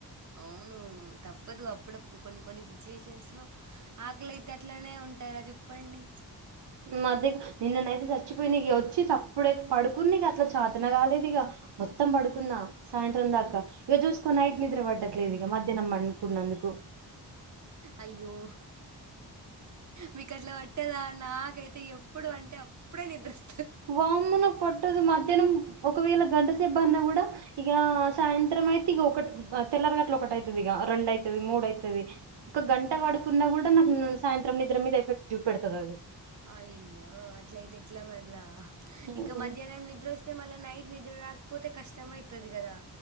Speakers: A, on the right; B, on the right.
A: అవును తప్పదు అప్పుడప్పుడు కొన్ని కొన్ని సిచ్యువేషన్స్ లో ఆకలైతే అట్లనే ఉంటారా చెప్పండి.
B: మది నిన్ననైతే చచ్చిపోయిన ఇక వచ్చి అప్పుడే పడుకున్న ఇక అట్లా చాతన కాలేదు ఇగ మొత్తం బడుకున్నా. సాయంత్రం దాకా
A: ఆ
B: ఇక చూసుకోని
A: ఆ
B: నైట్ నిద్ర పడ్డట్లేదుది ఇక మధ్యాహ్నం అంకున్నందుకు
A: అయ్యో మీ కట్లా బ అట్టేదా నాకైతె ఎప్పుడు పంటే అప్పుడే నిద్ర స్
B: వామును పట్టదు మధ్యాహ్నం ఒకవేళ గంటసేబ్బన్నా కూడా ఇక సాయంత్రం అయితే ఇక ఒకటి తెల్లర గట్ల ఒకటి అయితది ఇగ రెండెయితది మూడుఅయితది ఒక గంట పడుకున్నా కూడా నాకు సాయంత్రం నిద్ర మీద ఎఫెక్ట్ చూపెడుతాది అది
A: అయ్యో అట్ల అయితే ఎట్లా మట్లా
B: అది
A: ఇంకా మధ్యానం నిద్ర వస్తే మళ్ళా నైట్ నిద్ర ఇగ రాక్పోతే కష్టమయితది కదా